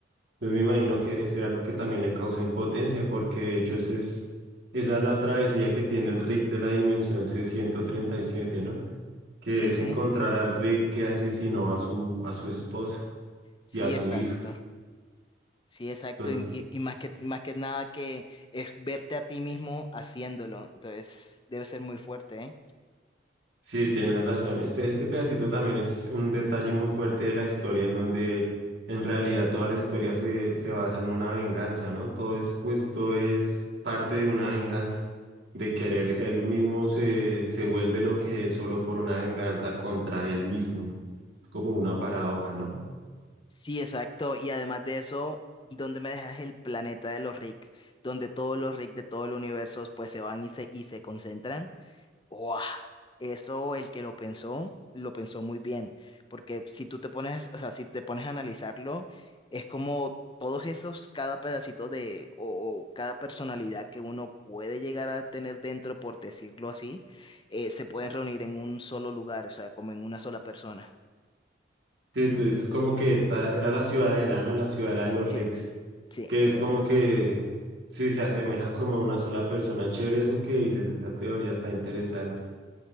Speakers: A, on the right; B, on the left.
A: Pues me imagino que debe ser algo que también le causa impotencia, porque de hecho ese es, esa es la travesía que tiene el Rick de la dimensión c ciento treinta y siete ¿no? Que
B: Sí,
A: es
B: sí,
A: encontrar al Rick que asesinó a su, a su esposa
B: sí,
A: y a su
B: exacto.
A: hijo.
B: Sí, exacto.
A: Entonces,
B: Y, y- y más que, más que nada que es verte a ti mismo haciéndolo. Entonces, debe ser muy fuerte, ¿eh?
A: sí, tienes razón. Este, este pedacito también es un detalle muy fuerte de la historia, en donde en realidad toda la historia se, se basa en una venganza, ¿no? Todo es, pues, todo es parte de una venganza. de querer él mismo se, se vuelve lo que es solo por una venganza contra él mismo. Es como una paradoja, ¿no?
B: Sí, exacto. Y además de eso, ¿dónde me dejas el planeta de los Rick? Donde todos los Rick de todo el universo pues se van y se, y se concentran. Wow, Eso el que lo pensó, lo pensó muy bien, porque si tú te pones, o sea, si te pones a analizarlo, es como todos esos, cada pedacito de, o, o cada personalidad que uno puede llegar a tener dentro, por decirlo así, eh, se pueden reunir en un solo lugar, o sea, como en una sola persona.
A: Sí, tú dices como que esta era la ciudadela, ¿no? La ciudadela de los
B: Sí,
A: Ricks,
B: sí,
A: que
B: la
A: es
B: ciudad.
A: como que sí se asemeja como a una sola persona. Chévere eso que dices, esa teoría está interesante.